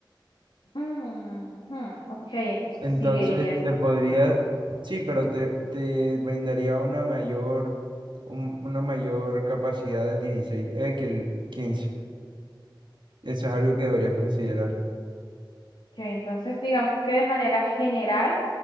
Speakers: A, on the left; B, on the right.
A: Mm, hmm, ok, entonces
B: Entonces
A: seguiría siendo
B: te podría,
A: un problema.
B: sí, pero te, te brindaría una mayor, un- una mayor capacidad del dieciséis eh, que el quince. Eso es algo que deberías considerar.
A: Ok, entonces digamos que de manera general,